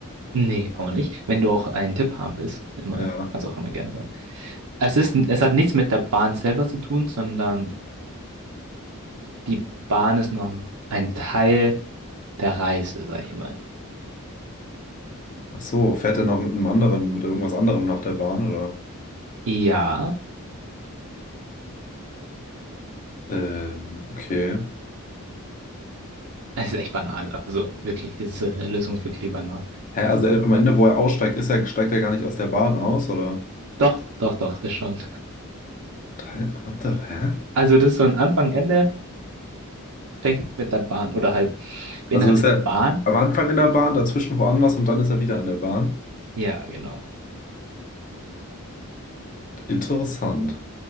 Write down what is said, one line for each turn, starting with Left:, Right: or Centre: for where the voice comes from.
Right: Nee, auch nicht. Wenn du auch einen Tipp haben willst, immer,
Left: Ja.
Right: kannst auch immer gerne sagen. Es ist, es hat nichts mit der Bahn selber zu tun, sondern die Bahn ist nur ein Teil der Reise, sag ich mal.
Left: Ach so, fährt er noch mit einem anderen, mit irgendwas anderem nach der Bahn, oder?
Right: Ja,
Left: Ähm, okay.
Right: es ist echt banal. Also wirklich, diese Lösung ist wirklich banal.
Left: Hä, also er, am Ende, wo er aussteigt, ist er, steigt er gar nicht aus der Bahn aus, oder?
Right: Doch, doch, doch, das schon.
Left: Hä? What the, hä?
Right: Also das ist so ein Anfang, Ende, fängt mit der Bahn oder halt beinhaltet
Left: Also ist er
Right: die Bahn.
Left: am Anfang in der Bahn, dazwischen woanders und dann ist er wieder an der Bahn?
Right: Ja, genau.
Left: Interessant.